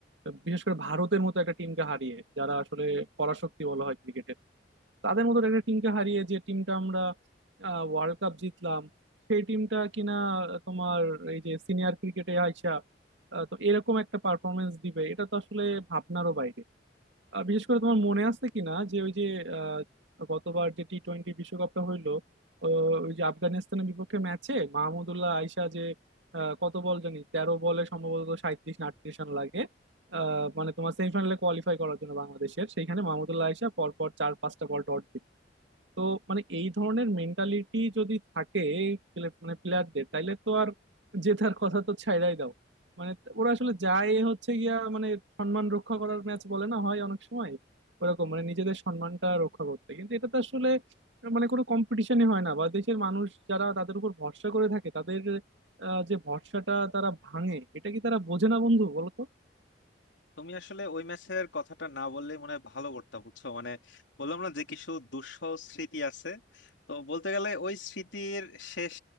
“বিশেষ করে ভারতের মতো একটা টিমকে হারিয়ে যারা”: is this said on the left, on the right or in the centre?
Right